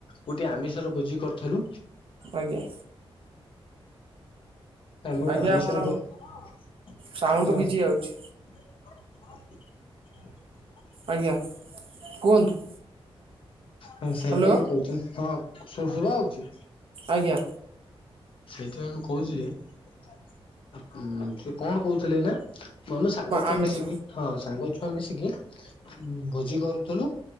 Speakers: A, on the left; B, on the right.
A: ଗୋଟେ ଆମିଷର ଭୋଜି କରିଥିଲୁ।
B: ଆଜ୍ଞା।
A: ଆମେ ଗୋଟେ
B: ଆଜ୍ଞା
A: ଆମିଷର
B: ଆପଣ
A: ଭୋ, <unintelligible>
B: ସାଉଣ୍ଡ କିଛି ଆଉଛି
A: <unintelligible>
B: ଆଜ୍ଞା, କୁହନ୍ତୁ।
A: ହଁ ସେଇଆା
B: ହ୍ୟାଲୋ
A: ତ ମୁଁ କହୁଥିଲି। ହଁ, ଶୁ-ଶୁଭା ହଉଛି?
B: ଆଜ୍ଞା।
A: ସେଇଥିପାଇଁ ମୁଁ କହୁଚି ଯେ। ଉଁ, ସେ କଣ କହୁଥିଲେ ହେଲା? ଆମେ ସାଙ୍ଗ ଛୁଆ
B: ଆମିଷ
A: ମିଶିକି ହଁ ସାଙ୍ଗ ଛୁଆ ମିଶିକି ଉଁ, ଭୋଜି କରୁଥିଲୁ